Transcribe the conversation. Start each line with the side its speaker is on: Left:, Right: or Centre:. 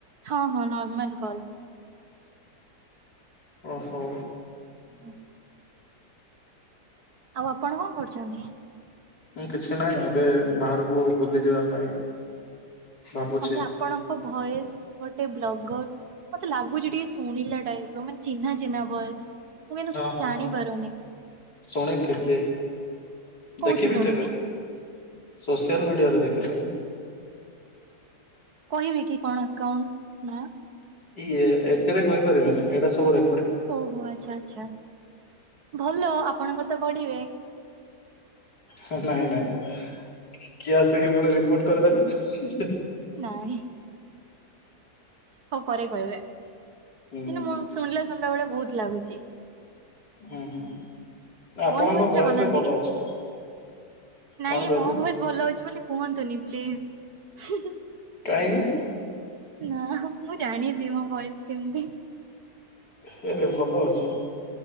Right: ହଁ ହଁ ନର୍ମାଲ କଲ।
Left: ଓହୋ।
Right: <inaudible> ଆଉ ଆପଣ କଣ କରୁଛନ୍ତି?
Left: ମୁଁ କିଛି ନାହିଁ। ଏବେ ବାହାରକୁ ବୁଲି ଯିବା ପାଇଁ ଭାବୁଛି।
Right: ମତେ ଆପଣଙ୍କ ଭଏସ ଗୋଟେ ବ୍ଲଗର, ମତେ ଲାଗୁଛି ଟିକେ ଶୁଣିଲା ଟାଇପର ମାନେ ଚିହ୍ନା ଚିହ୍ନା ଭଏସ। ମୁଁ କିନ୍ତୁ
Left: ହଁ ହଁ
Right: ଜାଣି ପାରୁନି।
Left: ଶୁଣିଥିବେ,
Right: କୋଉଠି
Left: ଦେଖିବିଥିବେ।
Right: ଶୁଣିବି?
Left: ସୋସିଆଲ ମିଡିଆରେ ଦେଖିଥେବେ।
Right: କହିବି କି କଣ ଆକାଉଣ୍ଟ ନା?
Left: ଇଏ ଏଥିରେ କହିପାରିବେନି ଏଇଟା ସବୁ ରେ
Right: ଓହୋ ଆଚ୍ଛା ଆଚ୍ଛା ଭଲ ଆପଣଙ୍କର ତ ବଢିବେ।
Left: ହ ନାଇଁ ନାଇଁ। କିଏ ଆସିକି ପୁଣି ରିପୋର୍ଟ କରିଦେଲେ।
Right: ନାଇଁ ହଉ ପରେ କହିବେ କିନ୍ତୁ
Left: ହୁଁ ହୁଁ
Right: ମୁଁ ଶୁଣିଲା ଶୁଣିଲା ଭଳିଆ ବହୁତ ଲାଗୁଛି।
Left: ହୁଁ ହୁଁ ଆପଣଙ୍କ
Right: ଓନ୍ ଭଏସ
Left: ଭୟସ
Right: ରେ ବନାନ୍ତି
Left: ବି ଭଲ
Right: କି?
Left: ଅଛି,
Right: ନାଇଁ
Left: କଣ କହିଲେ?
Right: ମୋ ଭଏସ ଭଲ ଅଛି ବୋଲି କୁହନ୍ତୁନି ପ୍ଲିଜ,
Left: କାହିଁକି
Right: ନା ମୁଁ ଜାଣିଛି ମୋ ଭୟସ କେମତି।
Left: ହେରେ ଭଲ ଅଛି,